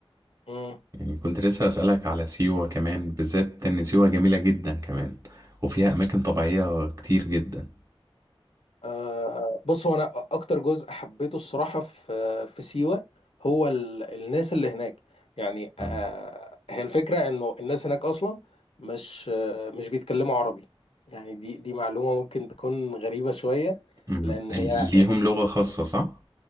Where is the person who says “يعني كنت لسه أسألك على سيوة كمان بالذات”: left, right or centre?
Right